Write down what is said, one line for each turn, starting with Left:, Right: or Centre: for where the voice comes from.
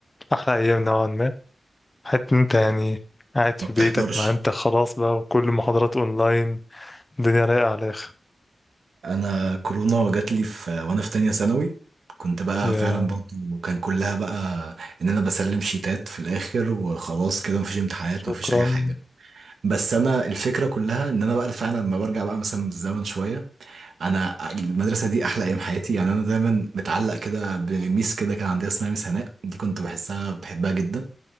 Left: أحلى أيام نوعا ما حتى إن أنت يعني قاعد في
Right: ما بتحضرش
Left: بيتك ما أنت خلاص بقى وكل المحاضرات أونلاين الدنيا رايقة على الآخر
Right: انا كورونا جات لي في وانا في تانية ثانوي كنت بقى
Left: يا
Right: فعلا برضه كان كلها بقى ان انا بسلم شيتات في الاخر وخلاص كده مفيش امتحانات
Left: شكرا
Right: مفيش اي حاجه بس انا الفكره كلها ان انا بقى فعلا لما برجع بقى مثلا بالزمن شويه انا المدرسه دي احلى ايام حياتي يعني انا دايما متعلق كده بميس كده كان عندها اسمها ميس هناء دي كنت بحسها بحبها جدا